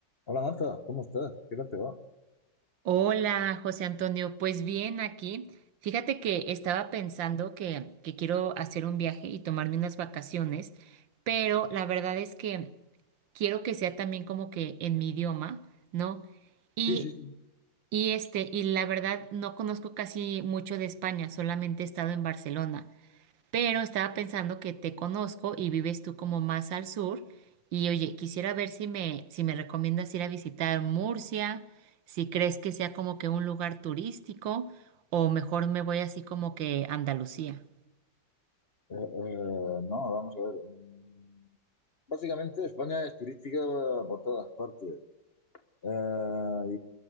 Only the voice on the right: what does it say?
Hola, José Antonio. Pues bien, aquí. Fíjate que estaba pensando que, que quiero hacer un viaje y tomarme unas vacaciones, pero la verdad es que quiero que sea también como que en mi idioma, ¿no? Y,
y este, y la verdad no conozco casi mucho de España, solamente he estado en Barcelona pero estaba pensando que te conozco y vives tú como más al sur y oye, quisiera ver si me, si me recomiendas ir a visitar Murcia, si crees que sea como que un lugar turístico o mejor me voy así como que a Andalucía.